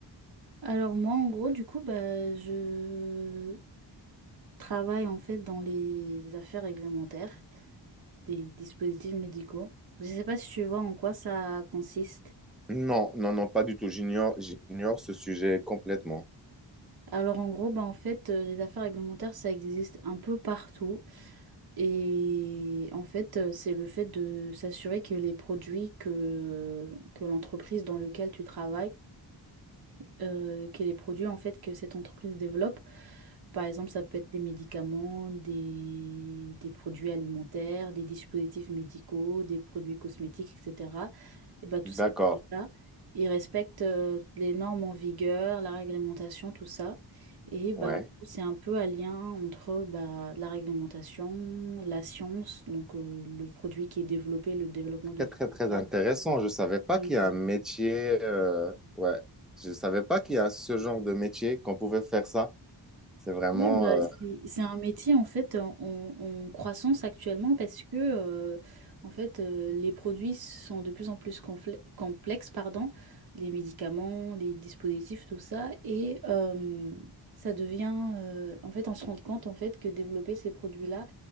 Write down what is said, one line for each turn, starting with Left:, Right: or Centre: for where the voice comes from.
Right: Alors moi, en gros, du coup, bah, je travaille en fait dans les affaires réglementaires des dispositifs médicaux. Je ne sais pas si tu vois en quoi ça consiste.
Centre: Non, non, non, pas du tout. J'ignore, j'ignore ce sujet complètement.
Right: Alors en gros, bah, en fait, euh, les affaires réglementaires, ça existe un peu partout. Et en fait, euh, c'est le fait de s'assurer que les produits que, que l'entreprise dans laquelle tu travailles euh, que les produits en fait que cette entreprise développe. Par exemple, ça peut être des médicaments, des, des produits alimentaires, des dispositifs médicaux, des produits cosmétiques, etc. Et ben, tous ces
Centre: D'accord.
Right: produits-là, ils respectent euh, les normes en vigueur, la réglementation, tout ça. Et bah,
Centre: Ouais.
Right: en gros, c'est un peu un lien entre bah, la réglementation, la science, donc euh, le produit qui est développé, le développement de
Centre: Très,
Right: tout
Centre: très, très
Right: ça.
Centre: intéressant. Je savais pas
Right: et
Centre: qu'il y a un métier. euh, Ouais. Je savais pas qu'il y a ce genre de métier qu'on pouvait faire ça. C'est vraiment.
Right: Oui, bah, c'est
Centre: euh,
Right: c'est un métier en fait en, en- en croissance actuellement parce que euh, en fait euh, les produits sont de plus en plus confle- complexes, pardon, les médicaments, les dispositifs, tout ça, et euh, ça devient euh, en fait on se rend compte en fait que développer ces produits-là,